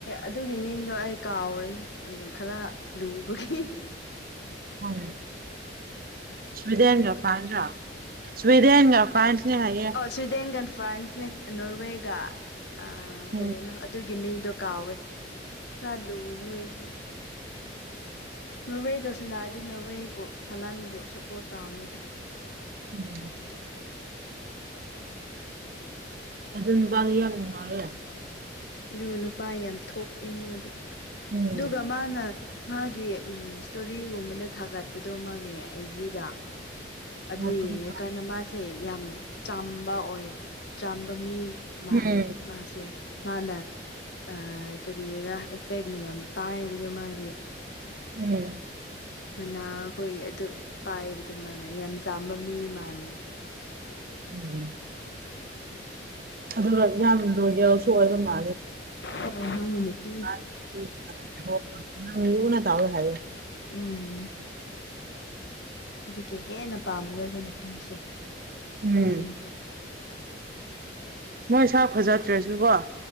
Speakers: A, on the left; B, on the right.
A: ꯑꯗꯨꯒꯤ ꯃꯤꯡꯗꯣ ꯑꯩ ꯀꯥꯎꯔꯦ ꯑꯗꯨꯝ ꯈꯔ ꯂꯨꯕꯒꯤ
B: <unintelligible> ꯁ꯭ꯋꯤꯂ‌ꯦꯟꯒ ꯐ꯭ꯔꯥꯟꯁ ꯔ ꯁ꯭ꯋꯤꯗꯦꯟꯒ ꯐ꯭ꯔꯥꯟꯁꯅꯦ ꯍꯥꯏꯌꯦ
A: ꯁ꯭ꯋꯤꯗꯦꯟꯒꯟ ꯐ꯭ꯔꯥꯟꯁꯅꯦ ꯑꯥ ꯅꯣꯔꯋꯦꯒ ꯑ
B: ꯎꯝ
A: ꯀꯔꯤꯅꯣ ꯑꯗꯨꯒꯤ ꯃꯤꯗꯣ ꯀꯥꯎꯋꯦ ꯈꯔ ꯂꯨꯋ‌ꯦ ꯃꯣꯏꯁꯦ ꯅꯣꯔꯋꯦꯒ ꯁꯅꯔꯗꯤ ꯅꯣꯔꯋꯦꯕꯨ ꯍꯂꯥꯟꯕꯨ ꯁꯞꯄꯣꯔꯠ ꯇꯧꯅꯤꯗ
B: ꯎꯝ ꯑꯗꯨ ꯅꯨꯄꯥꯗꯨ ꯌꯥꯝ ꯅꯨꯡꯉꯥꯏꯌꯦ
A: ꯗꯨ ꯅꯨꯄꯥ ꯌꯥꯝ ꯊꯣꯛꯑꯦ ꯃꯗꯤ
B: ꯎꯝ
A: ꯗꯨꯒ ꯃꯅꯥ ꯃꯥꯒꯤ ꯎꯝ ꯏꯁꯇꯣꯔꯤꯒꯨꯝꯕꯗ ꯊꯥꯒꯠꯄꯗꯣ ꯃꯥꯒꯤ ꯑꯩ ꯖꯤꯗ ꯑꯗꯨ
B: ꯋꯥꯄꯗꯤ
A: ꯌꯦꯡꯔꯀꯥꯟꯗ
B: ꯊꯥ
A: ꯃꯥꯁꯦ ꯌꯥꯝ ꯆꯥꯝꯕ ꯑꯣꯏ ꯆꯥꯝꯕ ꯃꯤ ꯃꯥꯜꯂꯦ
B: ꯎꯝ
A: ꯃꯥꯁꯦ ꯃꯥꯅ ꯑꯥꯏ ꯀꯔꯤꯔꯥ ꯏꯐꯦꯛ ꯃꯌꯥꯝ ꯄꯥꯏꯕꯗꯣ ꯃꯥꯒꯤ
B: ꯎꯝ
A: ꯃꯅꯥꯈꯣꯏ ꯑꯗꯨ ꯄꯥꯏꯕ ꯗꯨ ꯃꯥꯅ ꯌꯥꯝ ꯆꯥꯝꯕ ꯃꯤ ꯃꯥꯜꯂ‌‌ꯦ
B: <unintelligible> ꯑꯗꯨꯒ ꯌꯥꯝ ꯂꯣꯏꯌꯦꯜꯁꯨ ꯑꯣꯏꯕ ꯃꯥꯜꯂꯦ
A: ꯑꯣ ꯅꯪꯒꯤ ꯅꯨꯄꯤ
B: <unintelligible> ꯍꯥꯏꯌꯦ
A: ꯎꯝ ꯑꯗꯨꯒꯤ ꯍꯦꯟꯅ ꯄꯥꯝꯕꯗꯣ ꯑꯩꯈꯣꯏ ꯅꯨꯄꯤꯁꯦ
B: ꯎꯝ
A: ꯅꯨꯄꯤꯁꯤꯡꯁꯦ
B: ꯃꯣꯏ ꯁꯛ ꯐꯖꯗ꯭ꯔꯁꯨꯀꯣ